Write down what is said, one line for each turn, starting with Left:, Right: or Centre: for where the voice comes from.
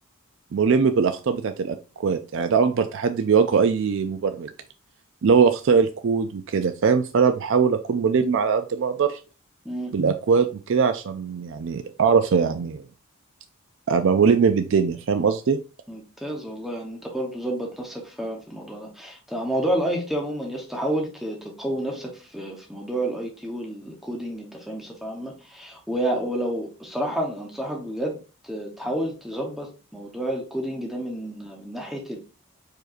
Right: ملم بالاخطاء بتاعه الاكواد يعني ده اكبر تحدي بيواجهه اي مبرمج اللي هو اخطاء الكود وكده فاهم فانا بحاول اكون ملم على قد ما اقدر
Centre: مم.
Right: بالاكواد وكده عشان يعني اعرف يعني ابقى ملم بالدنيا فاهم قصدي
Centre: ممتاز والله يعني انت برضو ظبط نفسك فعلا في الموضوع ده طب موضوع الاي تي عموما يا اسطى حاول ت- تقوي نفسك في في موضوع الاي تي والكودينج انت فاهم بصفه عامه و- ولو الصراحه أنا انصحك بجد تحاول تظبط موضوع الكودينج ده من من ناحيه